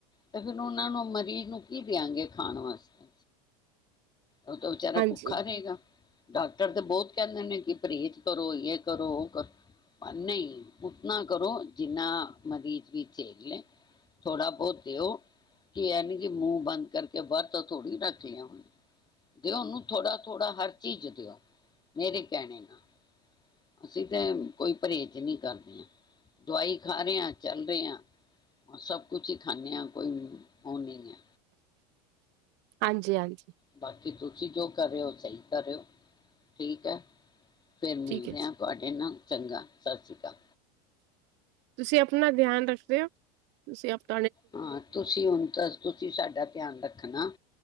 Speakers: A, on the left; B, on the right.
A: ਤੇ ਫਿਰ ਉਹਨਾਂ ਨੂੰ ਮਰੀਜ਼ ਨੂੰ ਕੀ ਦਿਆਂਗੇ ਖਾਣ ਵਾਸਤੇ ਉਹ ਤਾਂ ਬੇਚਾਰਾ
B: ਹਾਂਜੀ
A: ਭੁੱਖਾ ਰਹੇਗਾ। ਡਾਕਟਰ ਤੇ ਬਹੁਤ ਕਹਿੰਦੇ ਨੇ ਕਿ ਪਰਹੇਜ਼ ਕਰੋ ਯੇ ਕਰੋ ਉਹ ਕਰੋ ਪਰ ਨਹੀਂ ਉਤਨਾ ਕਰੋ ਜਿੰਨਾ ਮਰੀਜ਼ ਵੀ ਝੇਲ ਲੇ ਥੋੜਾ ਬਹੁਤ ਦਿਓ ਕਿ ਐਨੀ ਕਿ ਮੂੰਹ ਬੰਦ ਕਰਕੇ ਵਰਤੋ ਥੋੜੀ ਰੱਖੀਆ ਜਦੋਂ ਉਹਨੂੰ ਥੋੜਾ ਥੋੜਾ ਹਰ ਚੀਜ਼ ਦਿਓ ਮੇਰੀ ਕੈਣੇ ਨਾਲ ਅਸੀਂ ਤਾਂ ਕੋਈ ਪਰਹੇਜ ਨਹੀਂ ਕਰਦੇ ਦਵਾਈ ਖਾ ਰਹੇ ਆ ਚੱਲ ਰਿਹਾ। ਸਭ ਕੁਝ ਹੀ ਖਾਨੇ ਆ ਕੋਈ ਓ ਨਹੀਂ ਹੈ।
B: ਹਾਂਜੀ ਹਾਂਜੀ।
A: ਬਾਕੀ ਤੁਸੀਂ ਜੋ ਕਰ ਰਹੇ ਹੋ ਸਹੀ ਕਰ ਰਹੇ ਹੋ ਠੀਕ ਹੈ। ਫੇਰ ਮਿਲਦੇ
B: ਠੀਕ ਹੈ ਜੀ
A: ਆ ਤੁਹਾਡੇ ਨਾਲ। ਚੰਗਾ ਸਤਿ ਸ਼੍ਰੀ ਅਕਾਲ।
B: ਤੁਸੀਂ ਆਪਣਾ ਧਿਆਨ ਰੱਖਦੇ ਹੋ ਤੁਸੀਂ ਆਪਣਾ
A: ਹਾਂ ਤੁਸੀਂ ਹੁਣ ਤਾਂ ਤੁਸੀਂ ਸਾਡਾ ਧਿਆਨ ਰੱਖ ਨਾ